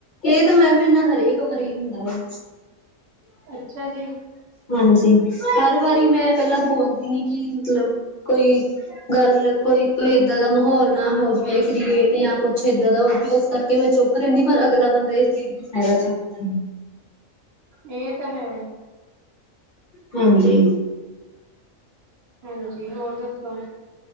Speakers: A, on the left; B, on the right.
A: ਇਹ ਤਾਂ ਮੈਂ ਮੇਰੇ ਨਾ ਹਰੇਕ ਵਾਰੀ ਹੁੰਦਾ ਆ।
B: ਅੱਛਾ ਜੀ
A: ਹਾਂਜੀ ਹਰ ਵਾਰੀ ਮੈਂ ਪਹਿਲਾਂ ਬੋਲਦੀ ਨੀ ਕਿ ਮਤਲਬ ਕੋਈ ਗੱਲ ਕੋਈ ਕੋਈ ਇੱਦਾਂ ਦਾ ਮਾਹੌਲ ਨਾ ਹੋ ਜਾਵੇ ਕ੍ਰੀਏਟ ਜਾਂ ਕੁੱਛ ਇੱਦਾਂ ਦਾ ਹੋ ਵੀ ਹੋ। ਕਰਕੇ ਮੈਂ ਚੁੱਪ ਰਹਿੰਦੀ ਪਰ ਅਗਲਾ ਬੰਦਾ ਇਹ ਚੀਜ਼ ਫੈਦਾ ਚੁੱਕਦਾ
B: ਇਹ ਤਾਂ ਹੈ।
A: ਹਾਂਜੀ।
B: ਹਾਂਜੀ ਹੋਰ ਦੱਸੋ?